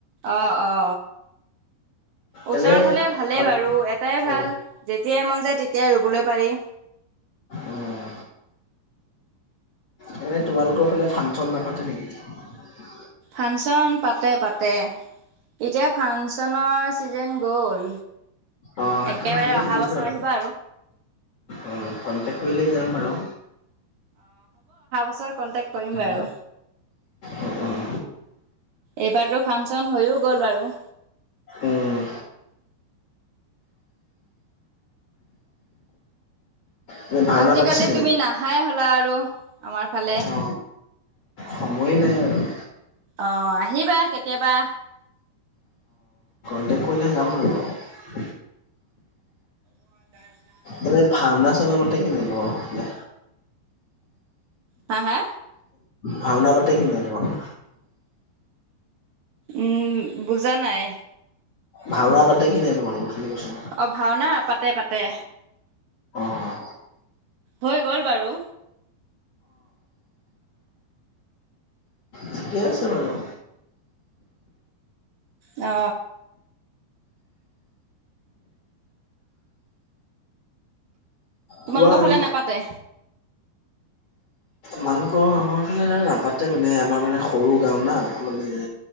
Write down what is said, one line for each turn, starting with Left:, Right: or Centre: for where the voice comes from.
Right: অঁ অ। ওচৰত
Left: এনে
Right: হ'লে ভালেই
Left: ধান
Right: বাৰু এটাই ভাল
Left: অ
Right: যে যেতিয়াই মন যায় তেতিয়াই ৰুবলৈ পাৰি।
Left: উম মানে তোমালোকৰ ফালে ফাংচন নাপাতে নিকি?
Right: ফাংচন পাতে পাতে। এতিয়া ফাংচনৰ ছিজেন গ'ল।
Left: অ সেইটো
Right: একেবাৰে
Left: হয় এনেই
Right: অহা
Left: সুধিছো
Right: বছৰ
Left: আৰু
Right: আহিবা
Left: অ কনটেক কৰিলে যাম বাৰু
Right: নিশ্বয় কন্টেক কৰিম
Left: উম,
Right: বাৰু
Left: উম, উম,
Right: এইবাৰতো ফাংচন হৈও গ'ল বাৰু
Left: উম এনে ভাওনা
Right: আজিকালি
Left: পাতিছে নেকি?
Right: তুমি নাহাই হ'লা আৰু আমাৰ ফালে।
Left: অ সময়ে নাই আৰু
Right: অ আহিবা কেতিয়াবা।
Left: ত কৰিলে যাম বাৰু ৰ
Right: <unintelligible>
Left: এনে ভাওনা চাওনা পাতে কি নাই তোমালোকৰফালে
Right: হা হা
Left: ভাওনা পাতে কি নাই তোমালোকৰ
Right: উম বুজা নাই।
Left: ভাওনা পাতে কি নাই তোমালোকৰ ফালে কৈছো?
Right: অ ভাওনা পাতে পাতে
Left: অ',
Right: হৈ গ'ল বাৰু
Left: ঠিকে আছে বাৰু।
Right: অ
Left: কোৱা
Right: তোমালোকৰ
Left: আৰু
Right: ফালে নাপাতে।
Left: মানু ক আমাৰ ফালে এনে নাপাতে মানে আমাৰ মানে সৰু গাও না মানে।